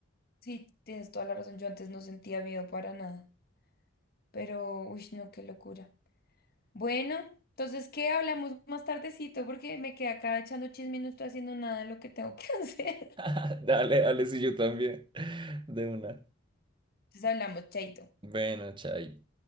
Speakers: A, on the left; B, on the right.
A: Sí, tienes toda la razón. Yo antes no sentía miedo para nada. Pero, uy, no, qué locura. Bueno, entonces, ¿qué hablamos más tardecito? Porque me quedé acá echando chisme y no estoy haciendo nada de lo que tengo que <laughs> hacer.
B: <laughs> Dale, dale, si yo también. De una.
A: Entonces hablamos, chaito.
B: Bueno, chay.